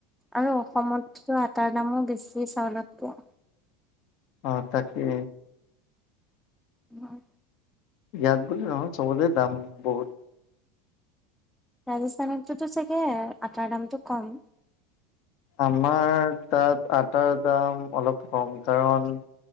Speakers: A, in the centre; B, on the left.
A: আৰু অসমততো আটাৰ দামো বেছি চাউলত কে
B: অ, তাকে।
A: হয়
B: ইয়াত বুলি নহয় চবতে দাম বহুত।
A: ৰাজস্থানততোতো চাগে আটাৰ দামটো কম
B: আমাৰ তাত আটাৰ দাম অলপ কম কাৰণ